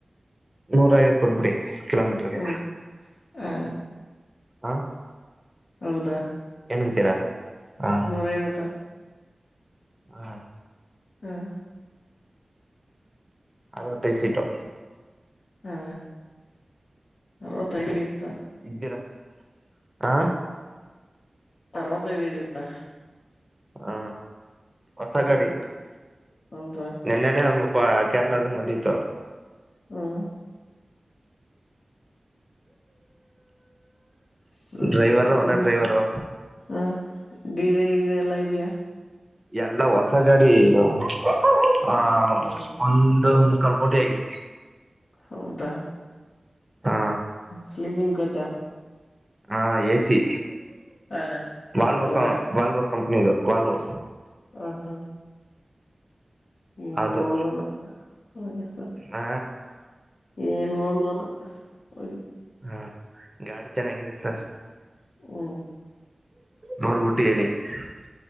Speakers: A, on the right; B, on the left.
A: ನೂರ ಐವತ್ ಕೊಟ್ಬಿಡಿ ಕಿಲೋಮೀಟರ್ಗೆ
B: ಹ್ಮ್ ಹ
A: ಹ
B: ಹೌದಾ
A: ಏನಂತೀರಾ ಹಾ
B: ನೂರ ಐವತ್ತಾ
A: ಹಾ
B: ಹಾ
A: ಅರವತ್ತೈದು ಸೀಟು.
B: ಹಾ ಅರವತ್ತೈದ್ ಇತ್ತ.
A: ಇದ್ದೀರಾ ಹ
B: ಅರ್ವತ್ತೈದ ಹಿಡಿಯುತ್ತಾ
A: ಹ ಹೊಸ
B: ಹ್ಮ್
A: ಗಾಡಿ
B: ಹೌದಾ
A: ನೆನ್ನೆನೆ ಕೇರಳದಿಂದ ಬಂದಿತ್ತು.
B: ಹ್ಮ ಸರಿ
A: ಡ್ರೈವರು
B: ಸರಿ
A: ಒಳ್ಳೆ
B: ಎ
A: ಡ್ರೈವರು
B: ಹ ಡಿ ವಿ ಇದ್ರೆ ಎಲ್ಲಾ ಇದೆಯಾ
A: ಎಲ್ಲ ಹೊಸ ಗಾಡಿ ಇದವ ಆ ಒ
B: ಹ್ಮ್
A: ಒಂದು ಮುಕ್ಕಾಲ್ ಕೋಟಿ ಆಗಿದೆ
B: ಹೌದಾ
A: ಹಾ
B: ಸ್ಲಿಪಿಂಗ್ ಕೋಚ್
A: ಹಾ ಎಸಿ
B: ಹ
A: ವಾಲ್ವ
B: ಹೌದಾ
A: ಕ ಇದು ವಾಲ್ವ ಕಂಪನಿದು ವಾಲ್ವ
B: ಹ ಹಾ ಏನ್
A: ಅದು
B: ನೋಡುವಣ ಹಾಗೆ ಸರ್
A: ಹ
B: ಏನು ನೋಡಲ್ವನ ಹೋಗಿ
A: ಹಾ ಗಾಡಿ ಚೆನ್ನಾಗಿದೆ ಸರ್
B: ಹ್ಮ್
A: ನೋಡ್ಬಿಟ್ಟು ಹೇಳಿ ಹ